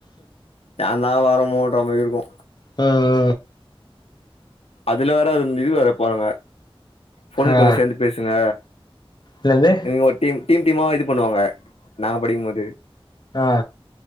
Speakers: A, on the left (about 85°); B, on the left (about 45°).
A: ஏன் தா வர மோன்ற மாதிரி இருக்கு
B: அ அ
A: அதுல வேற அந் அது இது வேற போறாங்க பொண்ணுங்கூட
B: ஆ
A: சேந்து பேசுங்க
B: என்னது
A: எங்க ஒரு டீம் டீம் டீமா இது பண்ணுவாங்க நாங் படிக்கும்மோது
B: அ